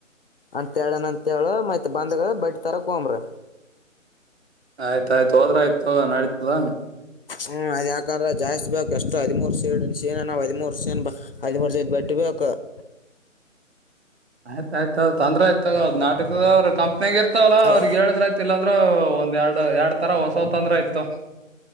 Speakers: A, on the left; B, on the right.
A: ಅಂತ ಹೇಳಣ ಮ ಮತ್ತ್ ಬಂದ ಬಟ್ ತರ ಕೊಂಬ್ರ
B: ಆಯ್ತಾಯಯ್ತ ಹೋದ್ರ ಆಯ್ತಗ ನಡೀತದ <unintelligible>
A: ಹ್ಮ್ ಅದ ಯಾಕಂದ್ರೆ ಜಾಸ್ತಿ ಬೇಕಕ್ ಎಷ್ಟು ಹದಿಮೂರು ಸೇಡ್ ಸೇನಾ ನಾ ಹದಿಮೂರು ಸೇ ಹದಿಮೂರ್ ಸ ಬಟ್ಟ ಇವಾಗಾಗ <inaudible>
B: <inaudible> <unintelligible> ಆಯ್ತು ಆಯ್ತು ತಂದ್ರೆ ಆಯ್ತು ನಾಟಕದ ಅವ್ರ ಕಂಪ್ನಿಯಾಗ ಇರ್ತಾವಲ್ಲ
A: ಹಲೋ
B: ಅವ್ರಗ್ ಎರಡ್ರ ಆ್ತಲ್ಲ ಅಂದ್ರೆ ಒಂದ್ ಎರಡು ಎರಡ್ ತರ ಹೊಸವ್ ತೊಂದ್ರೆ ಆಯ್ತು